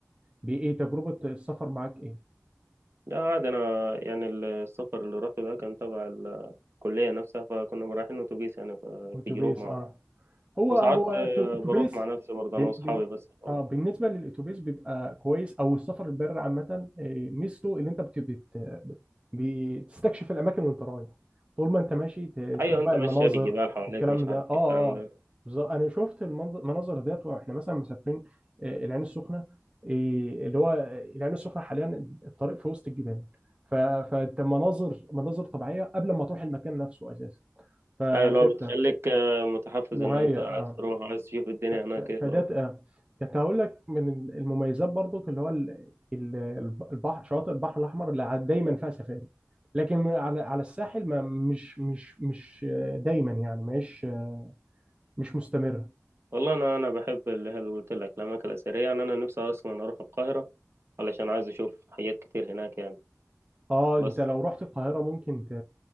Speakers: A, on the right; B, on the right.
A: بايه تجربه السفر معاك ايه
B: لا عادي أنا يعني السفر اللي روحته ده كان تبع الكلية نفسها فكنا رايحين أتوبيس يعني ف-
A: اتوبيس
B: في جروب مع
A: اه
B: بعض
A: هو
B: وساعات
A: هو
B: آه،
A: تو- اتوبيس
B: بروح مع نفسي برضه
A: بن
B: أنا وأصحابي
A: بن
B: بس آه.
A: اه بالنسبه للاتوبيس بيبقى كويس او السفر البر عامه آه، ميزته اللي انت بت بت بتستكشف الاماكن وانت رايح طول ما انت ماشي ت- تشوف
B: أيوة
A: بقى
B: أنت ماشية
A: المناظر
B: في الجبال حواليك
A: والكلام
B: مش
A: ده
B: عارف
A: اه
B: إيه الكلام
A: اه
B: ده
A: بالظبط انا شفت المنظ- المناظر ديت واحنا مثلا مسافرين آه، العين السخنه آه، اللي هو آه، العين السخنه حاليا الطريق في وسط الجبال ف- فانت مناظر مناظر طبيعيه قبل ما تروح المكان نفسه اساسا فديت
B: أيوة اللي هو بتخليك آه، متحفز
A: مهيأ
B: إن أنت عايز
A: آه،
B: تروح عايز تشوف الدنيا
A: ف-
B: هناك إيه الأمر
A: فده آه، كنت هقول لك من ال- المميزات برضو اللي هو ال- ال- الب- البحر شواطئ البحر الاحمر اللي ع- دايما فيها سفاري لكن على على الساحل ما مش مش مش آه، دايما يعني مش آه، مش مستمره
B: والله أنا أنا بحب اللي هي اللي قلت لك الأماكن الأثرية يعني أنا نفسي أصلا أروح القاهرة علشان عايز أشوف حاجات كتير هناك يعني
A: اه
B: بس
A: انت لو رحت القاهره ممكن ت...